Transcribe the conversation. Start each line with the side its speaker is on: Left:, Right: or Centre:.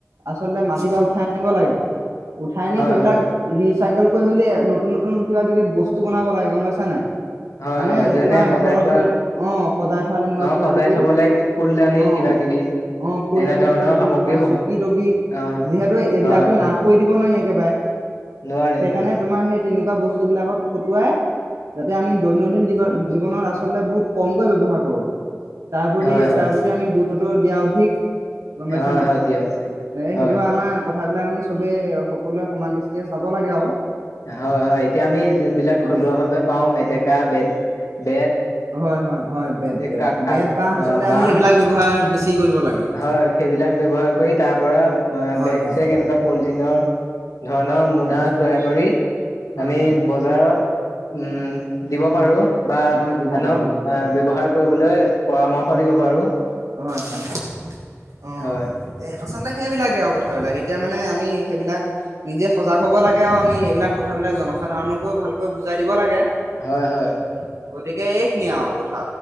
Right: আচলতে মাটি পৰা উঠাই আনিব লাগে। উঠাই আনি
Left: হয়
Right: সেইবিলাক
Left: হয়
Right: ৰিচ, চাইকেল কৰি মেলি নতুন - নতুন, কিবা- কিবি বস্তু বনাব লাগে গম পাইছা নাই?
Left: হয়-
Right: মানে
Left: হয় যেনে
Right: তোমাৰ
Left: সজাই
Right: ঘৰত
Left: থোৱা
Right: ধৰি অ সজাই থোৱা তেনেকুৱা
Left: অ',
Right: কিবা
Left: সজাই
Right: কিবি
Left: থবলৈ ফুলদানি
Right: অ
Left: কিবা - কিবি,
Right: অ ফুলদানি-
Left: এনেধৰণৰ
Right: চুলদানি
Left: সামগ্ৰীসমূহ
Right: তোমাৰ চকী -তকি
Left: অ হয়
Right: যিহেতু এইবিলাকতো
Left: হয় হয়
Right: নাশ কৰি দিব নৈ একেবাৰে।
Left: নোৱাৰি
Right: সেইকাৰণে
Left: নোৱাৰি
Right: তোমাৰ সেই তে। এনেকুৱা বস্তুবিলাকত খটুৱাই, যাতে আমি দৈনন্দিন জীৱ জীৱনত আচলতে বহুত। কমকৈ ব্যবহাৰ কৰোঁ তাৰ প্ৰতি
Left: হয় হয়
Right: তাৰ প্ৰতি আমি <unintelligible> দিয়া অধিক গম পাইছা
Left: হয়
Right: নাই?
Left: হয় দিয়া উচিত
Right: ত
Left: হয়
Right: সেইটো আমাৰ কথাবিলাক আমি। চবেই সকলোৱে সমান দৃষ্টিয়ে চাব লাগে আও।
Left: হয় হয় এতিয়া আমি, যোনবিলাক
Right: অ
Left: থলুৱা ভাৱে পাওঁ মেটেকা বেত। বেত
Right: হয় হয় হয়, বেত বেত
Left: কাক কাক
Right: বেত বাঁহ আচলতে
Left: বাঁহ
Right: আমি সেইবিলাক ব্যবহাৰ বেছি। কৰিব লাগে
Left: হয় সেইবিলাক ব্যৱহাৰ কৰি তাৰ পৰা,
Right: হয়
Left: বেগ
Right: হয়
Left: চেগ
Right: হয়
Left: এনেকুৱা পলিথিনৰ ধৰণৰ মোনা
Right: হয়
Left: তৈয়াৰ কৰি
Right: হয়
Left: আমি
Right: হয়
Left: বজাৰত উম। দিব। পাৰোঁ বা
Right: হয় দিব
Left: আনক
Right: পাৰো দিব পাৰো
Left: ব্যৱহাৰ কৰিবলৈ পৰামৰ্শ দিব পাৰো।
Right: হয় হয় হয় অ
Left: হয়
Right: এ সঁচা নে? সেইবিলাকে আও কথাবিলাক এতিয়া মানে আমি সেইবিলাক নিজে সজাগ হব লাগে আও, আমি এইবিলাক কথাবিলাক জনসাধাৰণকো ভালকে বুজাই দিব লাগে।
Left: হয় হয়।
Right: উম, গতিকে এইখিনিয়ে আও, কথা